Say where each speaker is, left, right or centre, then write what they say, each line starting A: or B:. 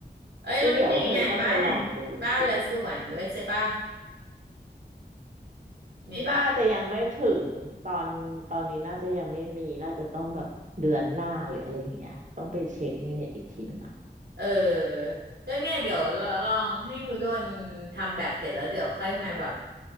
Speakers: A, on the right; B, on the right.
A: เอ้ยแล้วมันมีงานบ้านนั่นบ้านและสวนด้วยใช่ปะ
B: ก็เดี๋ยวเธอก็ไปลองดูสิ
A: มีปะ
B: น่าจะยังไม่ถึงตอนตอนนี้น่าจะยังไม่มีน่าจะต้องแบบเดือนหน้าหรืออะไรอย่างเงี้ยต้องไปเช็คในเน็ตอีกทีหนึ่งอ่ะ
A: เออก็เนี่ยเดี๋ยวลอลองให้หนูโดนทำแบบเสร็จแล้วเดี๋ยวค่อยมาแบบ